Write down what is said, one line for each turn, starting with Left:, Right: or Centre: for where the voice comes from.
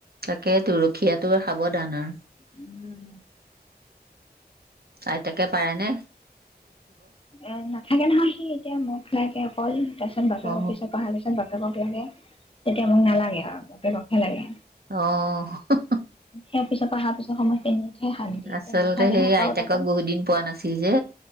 Right: তাকে তুলসীয়াটোৰ সাৱধানৰ
Left: উম।
Right: আইতাকে পাৰে নে
Left: উম হ থাকে নহয় সি এতিয়া মখ লাগে‌ অকল তাৰপিছত বাপেক
Right: অ
Left: অফিচৰ পৰা তাৰপিছত তাকেহে তেতিয়া মোক নালাগে আৰু বাপেকক হে লাগে
Right: অঁ হহহ
Left: সেই পিছত অহাৰ পিছ সময়খিনি শান্তি এতিয়া
Right: আচলতে
Left: নাথাকে
Right: সেই
Left: নহয় কাৰো
Right: আইতাকক
Left: লগত তাতে
Right: বহুত দিন পোৱা নাছিল যে